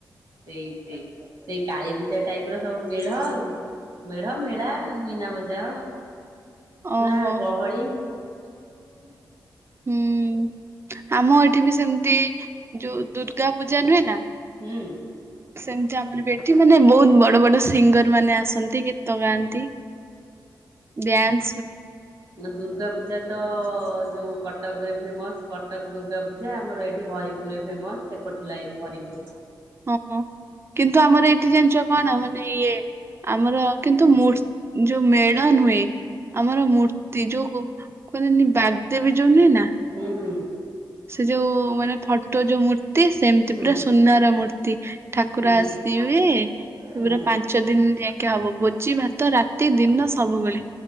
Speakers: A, on the right; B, on the right.
A: ସେଇ ସେଇ ସେଇ କାଳୀ ପୂଜା ଟାଇପ ର ସବୁ ମେଢ ଆଉ ମେଢ ମେଳା ମୀନା ମଜାଅ।
B: ଓହୋ
A: ପୁରା ଗହଳି। <unintelligible>
B: ହୁଁ ଆମ ଏଠି ବି ସେମିତି ଯୋଉ ଦୁର୍ ର୍ଗା ପୂଜା ନୁହେଁ ନା।
A: ହୁଁ
B: ସେମିତି ଆମରବି ଏଠି ମାନେ ବହୁତ ବଡ ବଡ ସିଙ୍ଗର ମାନେ ଆ ଆସନ୍ତି ଗୀତ ଗାନ୍ତି ବ୍ୟାନ୍ସ ବି
A: ଦୁର୍ଗାପୂଜା ତ ଯେଉ କଟକରେ ଫେମସ୍ କଟକ ଦୁର୍ଗାପୂଜା ଆମର ଏଇଠି ହରିପୁରରେ ଫେମସ୍ ସେପଟ ଲାଇନ୍ ହରିପୁର।
B: ହଁ ହଁ କିନ୍ତୁ ଆମର ଏଇଠି ଜାଣିଚ କଣ ମାନେ ଇଏ ଆମର କିନ୍ତୁ ମୂର୍ ଯୋ ମେଢନୁଏ। ଆମର ମୂର୍ତ୍ତି ଯୋଉ ମୁଁ କହିଲିନି ବାଗ ଦେବି ଯୋଉ ନୁହଁନା
A: ହୁଁ ହୁଁ
B: ସେ ଯୋଉ ମାନେ ଫଟୋ ଯୋଉ ମୂର୍ ତି ସେମତି
A: ହୁଁ
B: ପୁରା ସୁନାର ମୂର୍ ତି ଠାକୁର
A: ହୁଁ
B: ଆସିବେ ଏ
A: ହୁଁ
B: ପୁରା ପାଞ୍ଚ ଦିନ ଯାକେ ହବ ଭୋଜି ଭାତ ରାତି ଦିନ। ସବୁବେଳେ।